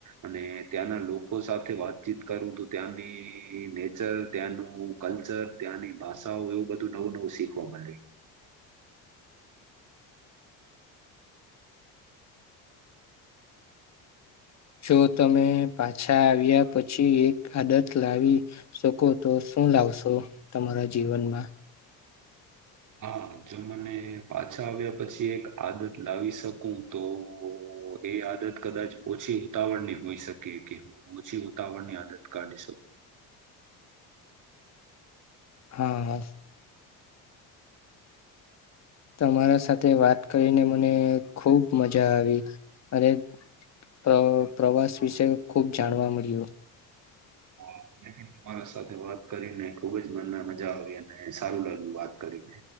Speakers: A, on the right; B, on the left.
A: અને ત્યાંના લોકો સાથે વાતચીત કરું તો ત્યાની નેચર ત્યાનું કલ્ચર, ત્યાંની ભાષાઓ એવું બધું નવું નવું સીખવા મલે.
B: જો તમે પાછા આવ્યા પછી એક આદત લાવી શકો તો શું લાવશો તમારા જીવનમાં?
A: હા જો મને પાછા આવ્યા પછી એક આદત લાવી શકું તો ઓ એ આદત કદાચ ઓછી ઉતાવળ ની હોઈ શકે કે હું ઓછી ઉતાવળ ની આદત કાઢી શકુ. <unintelligible>
B: હા હા. તમારા સાથે વાત કરીને મને ખુબ મજા આવી અને પ્ર પ્રવાસ વિશે ખુબ જાણવા મળ્યું.
A: હા મને પણ તમારા સાથે વાત કરીને ખુબ જ મનમાં મજા આવી અને સારું લાગ્યું વાત કરી ને.